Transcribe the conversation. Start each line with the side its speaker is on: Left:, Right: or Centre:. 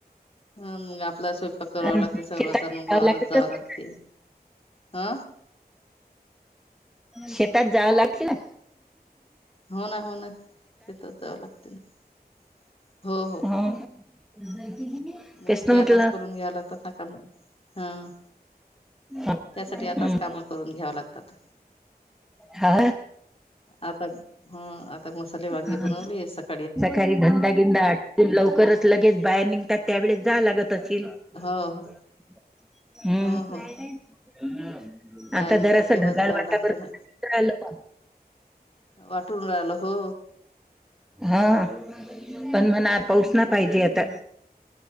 Left: ह मग आपला स्वयंपाक
Centre: अं,
Left: करावा लागते
Centre: शेतात
Left: सर्वचां मग
Centre: जावं
Left: वावरत
Centre: लागत
Left: जावा
Centre: असते
Left: लागते.
Centre: ना
Left: अ!
Centre: शेतात जावं लागती ना
Left: हो ना, हो ना, शेतात जावं लागते ना हो हो.
Centre: ह <unintelligible>
Left: म्हणून
Centre: तेच ना
Left: ते
Centre: म्हटलं
Left: आताच करून घ्या लागतात ना काम हं!
Centre: हं,
Left: त्यासाठी आताच
Centre: हं,
Left: कामं करून घ्याव लागतात.
Centre: हा
Left: आता हं आता मसाले वांगे
Centre: हं.
Left: बनवले सक
Centre: सकाळी <inaudible> धंदा गिंदा आटपून लगेच बाहेर निघतात त्यावेळेस जावं लागत असेल <inaudible>
Left: हो हो
Centre: <inaudible> हम्म
Left: हो हो बायांचा
Centre: आता जरास
Left: तेव्हाच
Centre: ढगाल
Left: जावं
Centre: वातावरन
Left: लागते ना
Centre: ल <inaudible>
Left: वाटून राहिलं हो
Centre: हा <inaudible> पण म्हणा पाऊस ना पाहिजे आता